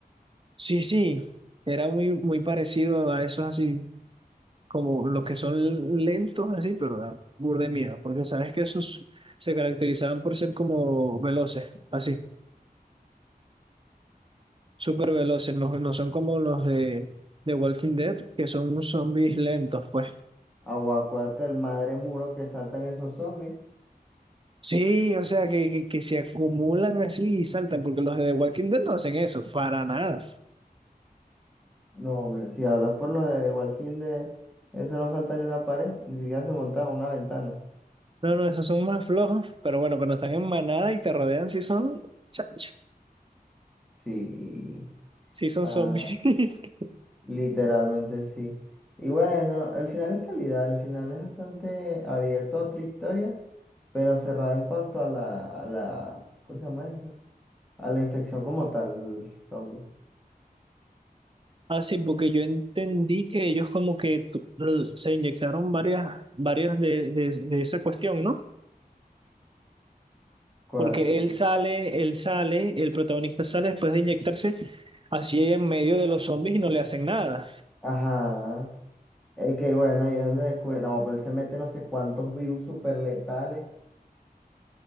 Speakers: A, on the right (about 35°); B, in the centre.
A: Sí, sí, era muy, muy parecido a esos así, como los que son lentos así, pero da burda de miedo, porque sabes que esos se caracterizaban por ser como veloces, así. súper veloces, no, no son como los de, de Walking Dead, que son zombies lentos, pues.
B: Aguacuate, el madre muro que saltan esos zombies.
A: Sí, o sea, que, que, que se acumulan así y saltan, porque los de The Walking Dead no hacen eso, para nada.
B: No, hombre, si hablas por lo de Walking Dead, eso no salta ni una pared, ni siquiera se monta en una ventana.
A: No, no, esos son más flojos, pero bueno, cuando están en manada y te rodean, sí son, chacho,
B: Sí,
A: sí son
B: ah,
A: zombies. <laughs>
B: literalmente sí. Y bueno, el final es calidad, el final es bastante abierto a otra historia, pero cerrada en cuanto a la, a la, ¿cómo se llama eso? A la infección como tal, zombie.
A: Ah, sí, porque yo entendí que ellos como que tu- se inyectaron varias, varias de, de, de esa cuestión, ¿no?
B: ¿Cuál?
A: Porque él sale, él sale, el protagonista sale después de inyectarse así en medio de los zombies y no le hacen nada.
B: Ajá. Es que bueno, ahí es donde descubre, no, pero él se mete no sé cuántos virus super letales